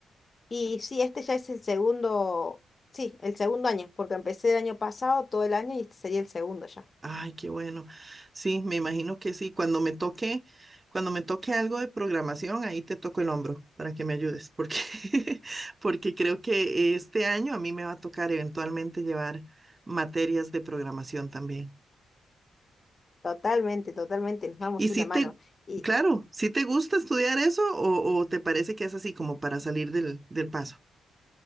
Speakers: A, on the left; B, on the right.
A: Y sí, este ya es el segundo, sí, el segundo año, porque empecé el año pasado, todo el año, y este sería el segundo ya.
B: Ay, qué bueno. Sí, me imagino que sí. Cuando me toque, cuando me toque algo de programación, ahí te toco el hombro para que me ayudes, porque, <laughs> porque creo que este año a mí me va a tocar eventualmente llevar materias de programación también.
A: Totalmente, totalmente, nos damos
B: Y si
A: una
B: te,
A: mano. Y
B: claro, si te gusta estudiar eso o, o te parece que es así como para salir del, del paso.